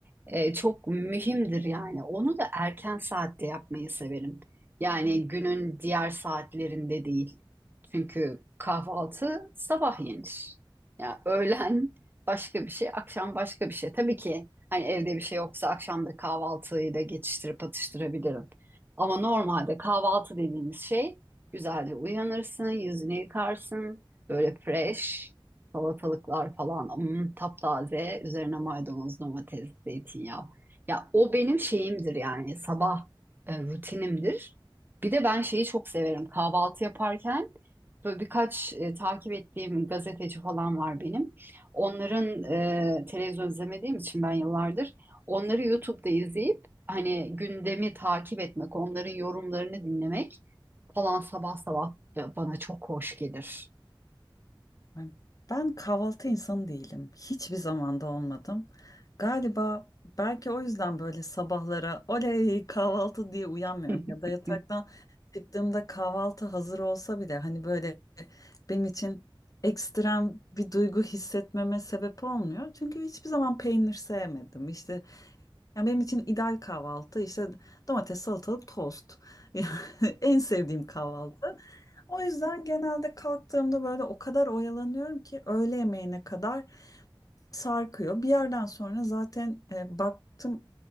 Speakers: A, on the right; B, on the left.
A: e, çok mühimdir yani. Onu da erken saatte yapmayı severim. Yani günün diğer saatlerinde değil. Çünkü kahvaltı sabah yenir. Ya öğlen başka bir şey, akşam başka bir şey. Tabii ki hani evde bir şey yoksa akşam da kahvaltıyla geçiştirip atıştırabilirim. Ama normalde kahvaltı dediğimiz şey güzelce uyanırsın, yüzünü yıkarsın, böyle fresh salatalıklar falan hmm, taptaze, üzerine maydanoz, domates, zeytinyağı. Ya o benim şeyimdir yani sabah e, rutinimdir. Bir de ben şeyi çok severim kahvaltı yaparken böyle birkaç e, takip ettiğim gazeteci falan var benim. Onların e, televizyon izlemediğim için ben yıllardır onları YouTube'da izleyip hani gündemi takip etmek, onların yorumlarını dinlemek falan sabah sabah bana çok hoş gelir.
B: Yani Ben kahvaltı insanı değilim. Hiçbir zamanda olmadım. Galiba belki o yüzden böyle sabahlara oley kahvaltı diye uyanmıyorum
A: <laughs>
B: ya da yataktan çıktığımda kahvaltı hazır olsa bile hani böyle benim için ekstrem bir duygu hissetmeme sebep olmuyor. Çünkü hiçbir zaman peynir sevmedim. İşte Yani benim için ideal kahvaltı işte domates, salatalık, tost. <laughs> Yani en sevdiğim kahvaltı. O yüzden genelde kalktığımda böyle o kadar oyalanıyorum ki öğle yemeğine kadar sarkıyor. Bir yerden sonra zaten e, baktım